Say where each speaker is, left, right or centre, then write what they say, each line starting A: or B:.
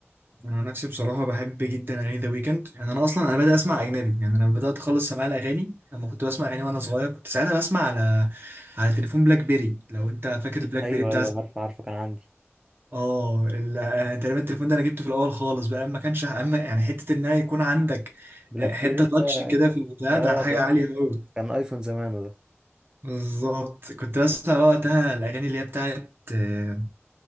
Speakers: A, on the right; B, on the right.
A: انا نفسي بصراحه بحب جدا اغاني ذا ويكند يعني انا اصلا انا بدأت اسمع اجنبي يعني انا بدأت خالص سماع الاغاني لما كنت بسمع اغاني وانا صغير كنت ساعتها بسمع على على تليفون بلاك بيري لو انت فاكر البلاك
B: أيوه
A: بيري بتاع
B: أيوه عارفه عارفه كان عندي
A: اه ال- آه، تقريبا التليفون ده انا جبته في الاول خالص بقى ما كانش اما يعني حته ان يكون عندك
B: بلاك
A: آه، حته
B: بيري
A: تاتش
B: ده
A: كده في البتاع
B: أه
A: ده حاجه
B: ده
A: عاليه قوي
B: كان أيفون زمانه ده
A: بالظبط كنت بسمع بقى وقتها الاغاني اللي هي بتاعت آه،